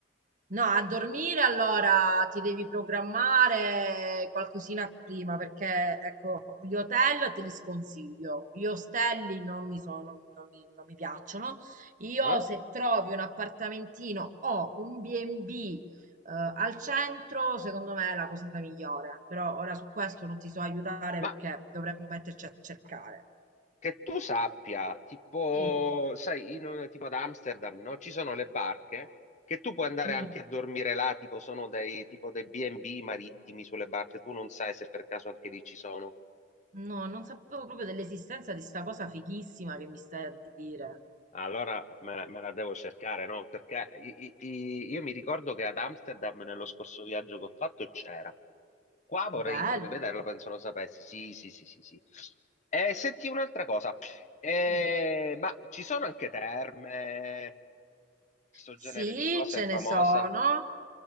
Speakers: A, on the right (about 40°); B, on the left (about 40°).
A: No, a dormire allora ti devi programmare qualcosina prima, perché ecco, gli hotel te li sconsiglio, gli ostelli non mi sono, non mi, non mi piacciono. Io
B: Eh?
A: se trovi un appartamentino o un B&B eh, al centro, secondo me è la cosa migliore, però ora su questo non ti so aiutare
B: Ma
A: perché dovremmo metterci a cercare.
B: che tu sappia, tipo,
A: Sì.
B: sai, in un- tipo ad Amsterdam, no? Ci sono le barche che tu puoi andare
A: Mm,
B: anche a dormire là, tipo sono dei tipo dei B&B marittimi sulle barche, tu non sai se per caso anche lì ci sono.
A: no, non sapevo proprio dell'esistenza di sta cosa fighissima che mi stai a dire.
B: Allora me la, me la devo cercare, no? Perché i- i- i- io mi ricordo che ad Amsterdam nello scorso viaggio che ho fatto c'era. Qua vorrei,
A: Bello.
B: vorrei vederlo, penso lo sapessi. Sì, sì, sì, sì, sì. E senti un'altra cosa. Eh,
A: Dimmi.
B: ma ci sono anche terme, sto
A: Sì,
B: genere di cose
A: ce
B: è
A: ne
B: famosa?
A: sono,